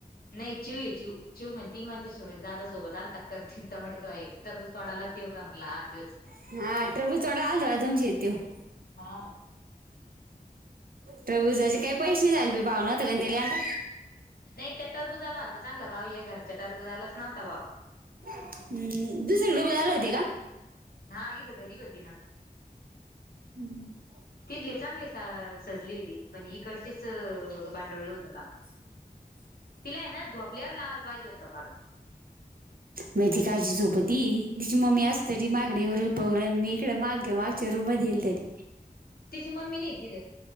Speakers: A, on the left; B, on the right.
A: नाही च्यव ये चू च्यू म्हण ती म्हणते सुरेश दादा सोबत आल तक्कर करती टमाटे तोडायला टरबुज तोडाला तो का म्हणला हा तोच.
B: हा टरबूज तोडायला आला हो तुमचे इथं तो.
A: हा.
B: टरबुजाचे काही पैसे झाले भाव नव्हता त्याले आता.
A: नाही त्या टरबूजाला होता चांगला भाव या घरच्या टरबूजालाच नव्हता भाव.
B: हम्म दुसरीकडेब लावले होते का?
A: हा इथ घरी होतेना.
B: हम्म <unintelligible>
A: तिथले चांगले सा सजली होती पण इकडचेच बांडळलं होतं काम.
B: <inaudible>
A: तिला आहे ना झोपल्यावर लावायला पाहिजे होत पार.
B: मग ती कायची झोपती तिची मम्मी असली तरी माकडेयवु राहिली पळु राहिली मी इकडे मागे माग मागच्या रुम मधी येल तरी.
A: त्यािची मम्मी नाही तिथ